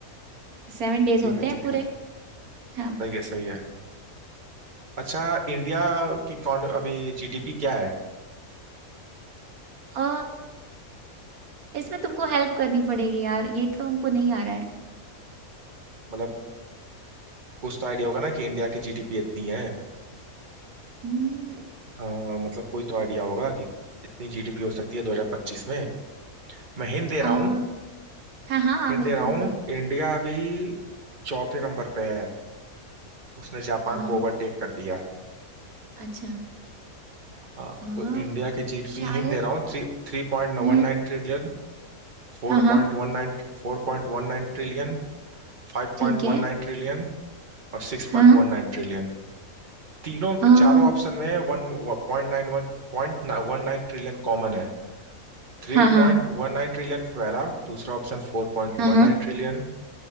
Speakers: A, on the right (about 75°); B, on the right (about 35°).
A: सेवन days
B: ठीक
A: होते
B: है
A: हैं
B: ठीक
A: पूरे
B: है
A: हाँ
B: सही है सही है अच्छा इंडिया की कौन अभी जीडीपी क्या है
A: अ, इसमें तुमको हेल्प करनी पड़ेगी यार ये तो हमको नहीं आ रहा है
B: मतलब कुछ तो आइडिया होगा ना कि इंडिया की जीडीपी इतनी है
A: हम्म,
B: आ, मतलब कोई तो आइडिया होगा कि इतनी जीडीपी हो सकती है 2025 में मैं हिंट दे रहा
A: अ, हाँ
B: हूँ
A: हाँ हाँ
B: हिंट
A: बिल्कुल
B: दे रहा हूँ
A: तो
B: इंडिया अभी चौथे नंबर पे है उसने जापान
A: अ,
B: को ओवरटेक कर दिया
A: अच्छा
B: हाँ
A: अ,
B: तो इंडिया की जीडपी
A: शायद
B: हिंट दे रहा हूँ three three point
A: हम्म
B: one nine trillion four
A: हाँ हाँ
B: point one nine four point one nine trillion five
A: ठीक
B: point one
A: है
B: nine trillion और six
A: हाँ
B: point one nine trillion तीनों
A: अ, हाँ
B: चारों ऑप्शन में one point nine one point one nine trillion common है Three
A: हाँ
B: point one nine trillion पहला दूसरा option four point
A: हाँ
B: one
A: हाँ
B: nine trillion